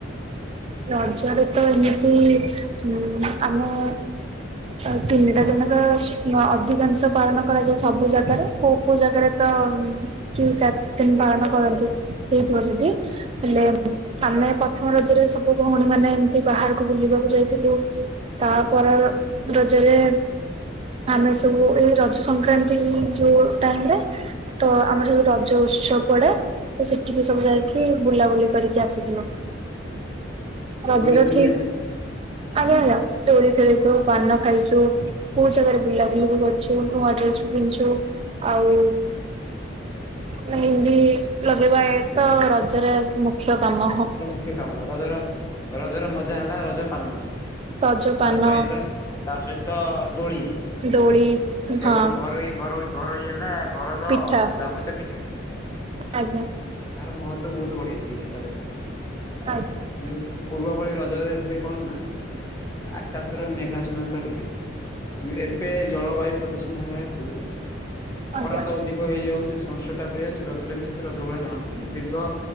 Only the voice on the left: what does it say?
ଆଚ୍ଛା
ଦୋଳି ଖେଳି
ନାହାନ୍ତି
ଖ୍ୟ କାମ ରଜର ରଜର ମଜା ହେଲା ରଜ ପାନ
ତା ସହିତ ତା ସହିତ ଦୋଳି
ଏବଂ ଘରୋଇ ଘରୋଇ ଘରୋଇ ହେଲା ଘରର
ଯାବତୀୟ ପିଠାପଣା।
ତାର ମହତ୍ଵ ବହୁତ୍ ବଢେଇ ଦିଏ ରଜ ର।
କିନ୍ତୁ ପୂର୍ବ ଭଳି ରଜରେ ହୁଏ କଣ ନା ଆକାଶର ମେଘା ଛର୍ଣ୍ଣ ତ ରୁହେ। ଏବେ ଜଳବାୟୁ ପ୍ରଦୂଷଣ ହେବା ହେତୁ
ଖରା ତ ଅଧି କ ହେଇଯାଉଛି <unintelligible> ଯାଉଛି ରଜ ଟା ବି ସେତ ରଜ ଭଳିଆ ଜଣାପଡ଼ୁନି ଦୀର୍ଘ